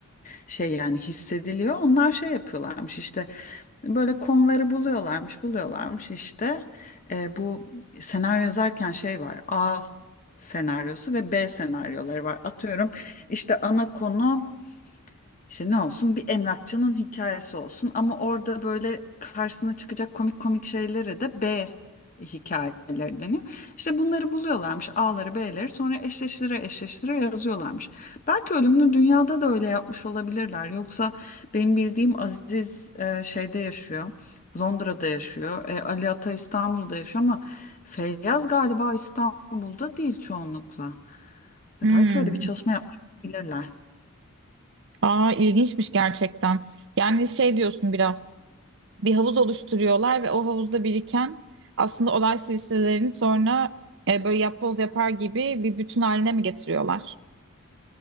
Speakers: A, on the left (about 35°); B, on the right (about 55°).
A: şey yani hissediliyor. Onlar şey yapıyorlarmış işte böyle konuları buluyorlarmış, buluyorlarmış işte. E, bu senaryo yazarken şey var. A senaryosu ve B senaryoları var. Atıyorum işte ana konu işte ne olsun bir emlakçının hikayesi olsun ama orada böyle karşısına çıkacak komik komik şeylere de B hikayeleri deniyor. İşte bunları buluyorlarmış A'ları B'leri sonra eşleştire eşleştire yazıyorlarmış. Belki Ölümlü Dünya'da da öyle yapmış olabilirler. Yoksa benim bildiğim Aziz e, şeyde yaşıyor. Londra'da yaşıyor. E, Ali Ata İstanbul'da yaşıyor ama Feyyaz galiba İstanbul'da değil çoğunlukla.
B: Hmm.
A: Belki öyle bir çalışma yapmış olabilirler.
B: Aa ilginçmiş gerçekten. Yani şey diyorsun biraz bir havuz oluşturuyorlar ve o havuzda biriken aslında olay silsilelerini sonra e, böyle yapboz yapar gibi bir bütün haline mi getiriyorlar?